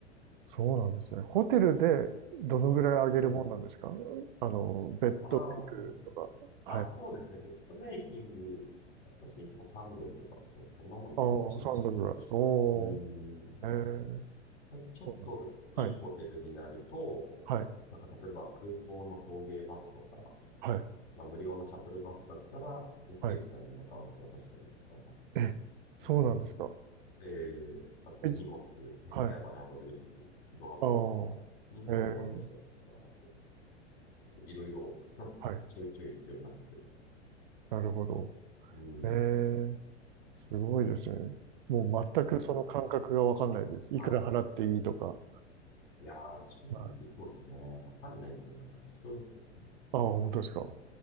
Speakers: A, on the right; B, on the left.
A: そうなんですね。ホテルでどのぐらい上げるもんなんですか
B: ええ、
A: あの、ベッドメイクとか。
B: ま
A: はい。
B: あ、あ、そうですね。ベッドメイキング、私いつもンドルとかの、そこんなもんですけど、
A: ああ、
B: 1日。
A: 3ドルぐらい。お
B: うーん。
A: ー、ええ
B: ただちょっといいホテルになると、
A: そうなんはい、はい、
B: なんか例えば空港の送迎バスとか、
A: はい、
B: まあ、無料のシャトルバスだったら、運転手さんにまた渡したりとか、
A: はい。え、そうなんですか。
B: うん、えー、あと荷物、
A: え、
B: へ部屋まで運んでくれるドアボーイとかにも渡したりとか、
A: はい。ああ、ええ
B: いろいろ <laughs>
A: はい。
B: ちょいちょい必要になってくる。
A: なるほど。
B: うん。
A: ええ
B: ですね。
A: すごいですね。もう全くその感覚がわかんないです。
B: うん。は
A: いくら払っていいとか。
B: い。いやー、正直そうですね。
A: はい
B: わかんないんで、なんか適当ですけどね。
A: ああ、本当ですか。
B: やっぱ